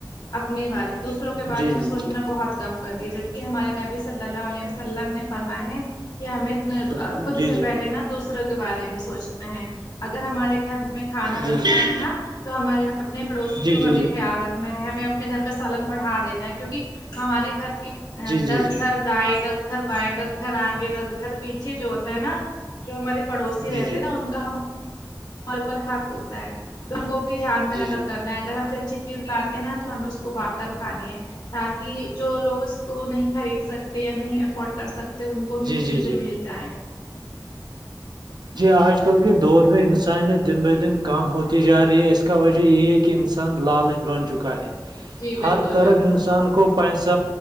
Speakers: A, on the left; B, on the right.
A: اپنے بارے میں دوسروں
B: جی
A: کے بارے
B: جی جی
A: میں سوچنا
B: جی
A: بہت کم کر دیا جبکہ ہمارے نبی صلیلہ عل وسلم نے فرما ہے کہ ہمیں
B: جی
A: خود سے
B: جی
A: پہلے نا دوسرے بارے میں سوچنا ہے اگر ہمارے گھر میں کھانا
B: جی
A: بن رہا ہے نا تو ہمارے اپنے پڑوسیوں
B: جی جی جی
A: کا بھی
B: جی
A: خیال رکھنا ہمیں اپنے گھر کا سالن بڑھا دینا ہے کیونکہ ہمارے گھر کے
B: جی
A: دس
B: جی جی
A: گھر دائیں دس گھر بائیں د گھر آگے دس گھر پٹپیچھے جو ہوتا ہے نا جو ہمارے پڑوسی
B: جی
A: رہتے
B: جی
A: ہیں ناپ ان کا ہمارے اوپر حق ہوتا ہے تو ان کو بھی ہیااتھ
B: جی
A: میں رہ کر کرنا ہےگرچ اچھی <unintelligible> چیز لاتے نا تو ہمیں اس کو بانڑھکر کھانی ہے تاکہ جو لوگ اس کو نہیں خرید سکتے یا نہیں افورڈ کر سکتے ان کو بھی وہ
B: جی جی
A: چیزیں
B: جی
A: مل جائیں <unintelligible>
B: جی آج کل کے دور میں انسانیت دن ب دن کام ہوتی جا رہی ہے اس کا وجہ یہی ہے کہ انسان لالچ بن چکا ہے
A: جی
B: ہر
A: بالکل
B: طرف
A: بالکل
B: انسان کو <unintelligible> پیسہ